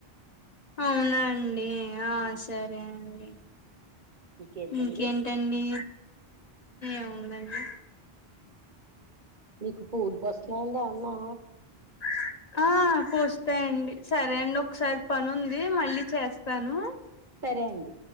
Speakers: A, on the left; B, on the right.
A: అవునా అండి ఆ సరే అండి
B: ఇంకేంటండి
A: ఇంకేం టండి ఏముందండి
B: మీకు పూలు పూస్తున్నాయండి ఏమన్నా
A: <inaudible> ఆ పూస్తాయండి సరే అండి ఒకసారి పని ఉంది మళ్ళీ చేస్తాను
B: సరే అండి